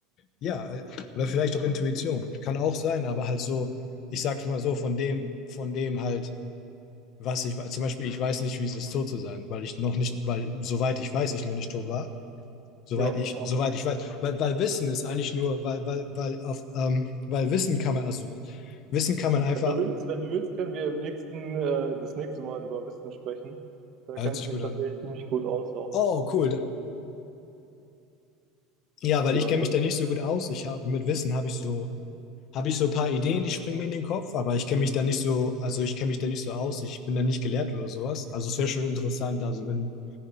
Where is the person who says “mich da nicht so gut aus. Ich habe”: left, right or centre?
Left